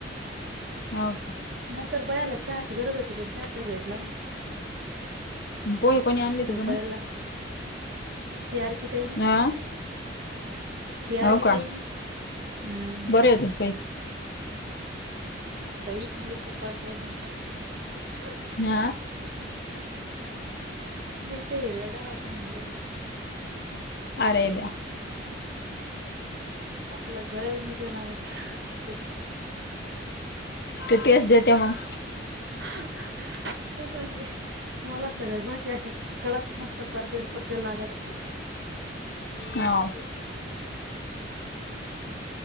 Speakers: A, on the left; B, on the right.
A: हो का
B: नंतर बयाला चहाची गरज होती, पण चहाच काही भेटला नाही
A: पोहे कोणी आणले होते
B: झोपायला,
A: बनवून
B: सी आर पी ताईनी,
A: हा
B: सि आर
A: हो
B: पी
A: का
B: ताईनी हम्म
A: <unintelligible>
B: <inaudible>
A: आ
B: मिरच्या हिरव्यागार होत्या म्हणलं. <unintelligible>
A: अरे द्या
B: आपल्या जळेल मिरच्या लागत्या.
A: ते, टेस्ट देते मग
B: <unintelligible> हेच म्हणते, मला सगळ्या गोष्टी अशा कडक मस्त परते परते लागत्या‌
A: होव.